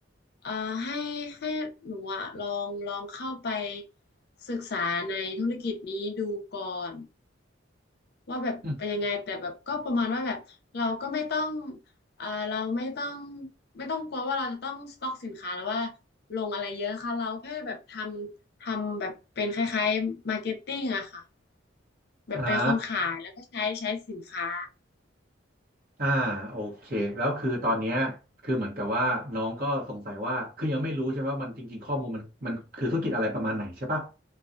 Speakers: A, on the left (about 55°); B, on the right (about 50°).
A: เอ่อให้ให้หนูอะลองลองเข้าไปศึกษาในธุรกิจนี้ดูก่อน ว่าแบบเป็นยังไงแต่แบบก็ประมาณว่าแบบเราก็ไม่ต้อง
B: อืม
A: เอ่อเราไม่ต้องไม่ต้องกลัวว่าเราจะต้องสต็อกสินค้าแล้วว่าลงอะไรเยอะค่ะเราแค่แบบทำทำแบบเป็นคล้ายๆมาร์เก็ตติ้งอะค่ะแบบเป็นคนขายแล้วก็ใช้ใช้สินค้า
B: อ่าอ่าโอเคแล้วคือตอนเนี้ยคือเหมือนกับว่าน้องก็สงสัยว่า คือยังไม่รู้ใช่ไหมว่ามันจริงๆข้อมูลมันมันคือธุรกิจอะไรประมาณไหนใช่ปะ